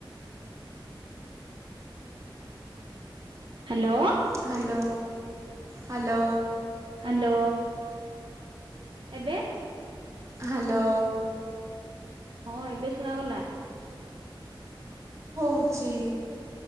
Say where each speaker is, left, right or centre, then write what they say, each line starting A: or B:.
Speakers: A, on the right; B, on the right.
A: ହ୍ୟାଲୋ
B: ହ୍ୟାଲୋ ହ୍ୟାଲୋ
A: ହ୍ୟାଲୋ ଏବେ
B: ହ୍ୟାଲୋ
A: ହଁ ଏବେ ଶୁଣା ଗଲା
B: ଶୁଭୁଛି